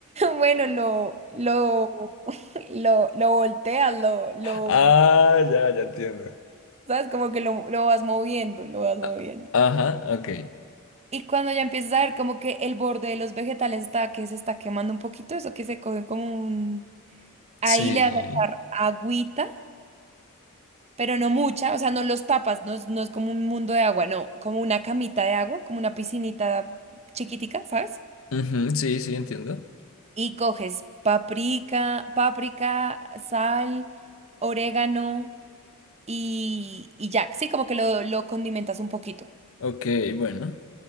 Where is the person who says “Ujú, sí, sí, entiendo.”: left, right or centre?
Left